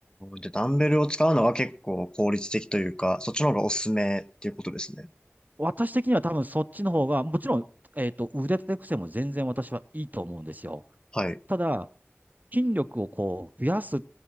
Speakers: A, on the left; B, on the right.
A: じゃあダンベルを使うのは結構効率的というか、そっちの方がおすすめっていうことですね。
B: 私的には多分そっちの方が、もちろん、えっと、腕立て伏せも全然私はいいと思うんですよ。
A: はい。
B: ただ、筋力をこう増やす、